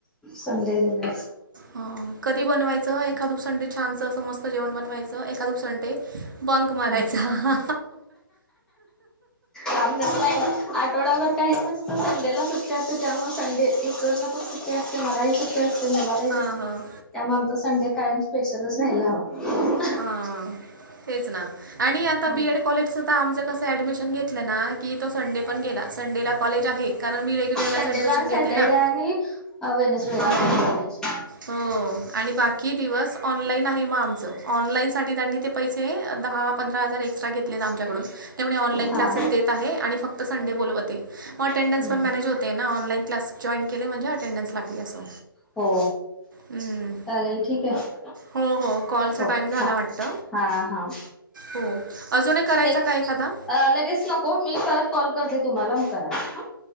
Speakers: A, in the centre; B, on the right.
A: सडे दिलेस
B: ह कधी बनवायचं एखादपसंडे छानच अस मस्त जेवण बनवायचं एखाद उपसंडे बंक मारायचा
A: हा आच्या आठवडाभर काही नसत संडेला सुट्ट्या असते त्यामुळे संडे इकडून सुे असते मला सुट्ट ते मलालाही
B: हां
A: असते
B: हां
A: त्यामुळे आमचा संडे कायम स्पेशलच राहायला हवा
B: हा तेच ना आणि आता
A: हा
B: बीएड कॉलेजचं तर आमचं कसं ऍडमिशन घेतलं ना की तो संडे पण गेला संडेला कॉलेज आहे कारण मी रेग्युलरलाच
A: संडेला
B: ऍडमिशन
A: आणि सॅटर्डे
B: घेते ना
A: आणि वेनसडेला
B: हो
A: असते कॉलेज
B: हो आणि बाकी दिवस ऑनलाईन आहे मग आमचं ऑनलाईनसाठी त्यांनी ते पैसे दहा पंधरा हजार एक्स्ट्रा घेतले आहेत आमच्याकडून त्यामुळे ऑनलाईन
A: हा
B: क्लासेस देत आहे आणि फक्त संडे बोलवते मग अटंडनस
A: हम्म
B: पण मॅनेज होते आहे ना ऑनलाईन क्लास जॉईन केले म्हणजे अटेंडन्स लागली असं
A: हो
B: हम्
A: चालेल ठीक आहे
B: हो हो कॉल
A: हो
B: टाइम झाला
A: हा
B: वाटत
A: हा हा
B: हो अजूनही करायचा
A: एक
B: का एखादा
A: लगेच नको मी परत कॉल करते तुम्हाला मग करा